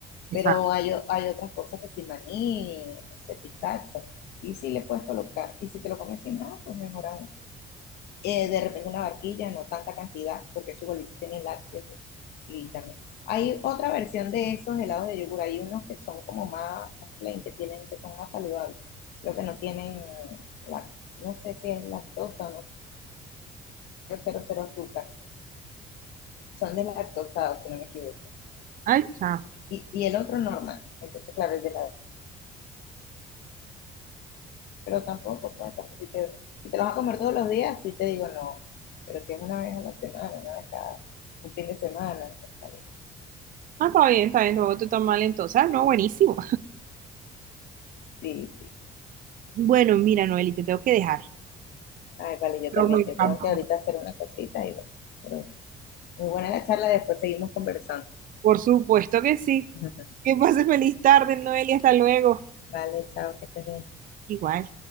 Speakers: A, on the right; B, on the left.
A: Exacto.
B: Pero hay, o- hay otras cosas que si maní, no sé, pistacho, y si le puedes colocar, y si te lo comes sin nada, pues mejor aún. Eh, de repente una barquilla, no tanta cantidad, porque eso igualito tiene lácteos y también. Hay otra versión de esos helados de yogur, hay unos que son como más, más plain, que tienen, que son más saludables, pero que no tienen, lac- no sé si es lactosa, no cero cero azúcar, son deslactosados, si no me equivoco.
A: Ay, chao.
B: Y, y el otro normal. Entonces, claro, el de la... Pero tampoco, pues, tampoco, si, te, si te lo vas a comer todos los días, sí te digo no. Pero si es una vez a la semana, una vez cada un fin de semana, está bien.
A: Ah, está bien, está bien. Tampoco te tan mal entonces. Ah, no, buenísimo.
B: Sí, sí.
A: Bueno, mira, Noeli, te tengo que dejar.
B: Ay, vale, yo
A: Pero
B: también.
A: me encantó.
B: Yo tengo que ahorita hacer una cosita y bueno, pero muy buena la charla, después seguimos conversando.
A: Por supuesto que sí.
B: <laughs>
A: Que pases feliz tarde, Noeli, hasta luego.
B: Vale, chao, que estés bien.
A: Igual.